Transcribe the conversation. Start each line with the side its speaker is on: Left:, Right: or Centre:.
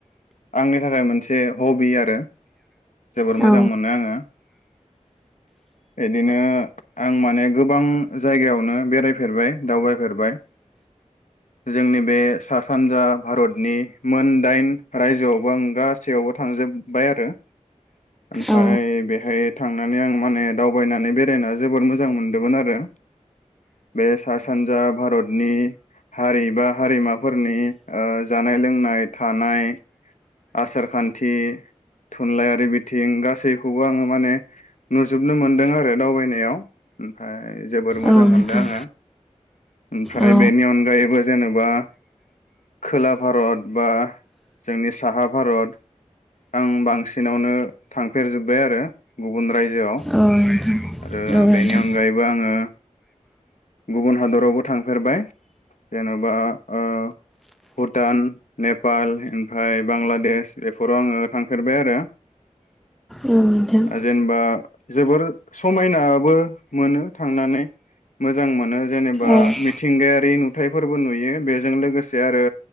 Left: आंनि थाखाय मोनसे हबि आरो जोबोर मोजां
Centre: औ
Left: मोनो आङो इदिनो आं माने गोबां जायगायावनो बेरायफेरबाय दावबाय फेरबाय जोंनि बे सा सानजा भारतनि मोनदाइन रायजोआवबो आं गासैयावबो थांजोब्बाय आरो ओमफाय
Centre: औ
Left: बेहाय थांनानै आं माने दावबायनानै बेरायना जोबोर मोजां मोनदोंमोन आरो बे सा सानजा भारतनि हारि बा हारिमा फोरनि ओ जानाय लोंनाय थानाय आसार खान्थि थुनलाइयारि बिथिं गासैखौबो आङो माने नुजोबनो मोनदों आरो दावबायनायाव ओमफ्राय जोबोर मोजां
Centre: औ नोंथां
Left: मोनदों आङो। ओमफ्राय
Centre: औ
Left: बेनि अनगायैबो जेनेबा खोला भारत बा जोंनि साहा भारत आं बांसिनावनो थांफेर जोब्बाय आरो गुबुन रायजोआव
Centre: औ नोंथां
Left: ओ
Centre: औ नोंथां
Left: बेनि अनगायैबो आङो गुबुन हादरावबो थांफेरबाय जेन'बा ओ ओ भुटान नेपाल ओमफ्राय बांलादेश फराव आङो थांफेरबाय आरो
Centre: औ नोंथां
Left: जेनेबा जोबोर समायनाबो मोनो थांनानै मोजां मोनो। जेनेबा
Centre: औ
Left: मिथिंगायारि नु नुथाइफोरबो नुयो बेजों लोगोसे आरो